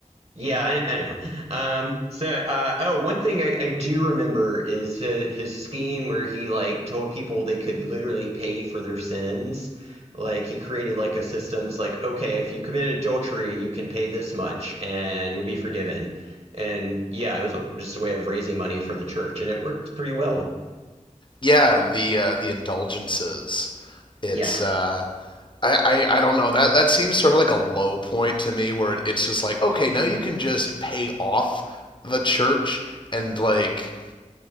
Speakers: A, on the right (about 50°); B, on the left (about 40°).
A: Yeah, I, I know. Um, so, uh, oh, one thing I, I do remember is his, his scheme where he like told people they could literally pay for their sins. Like he created like a system. It's like, okay, if you committed adultery, you can pay this much and you'll be forgiven. And yeah, it was a, just a way of raising money for the church, and it worked pretty well.
B: Yeah, the uh, the indulgences. It's
A: Yeah.
B: uh I, I, I don't know that that seems sort of like a low point to me where it, it's just like okay now you can just pay off the church and like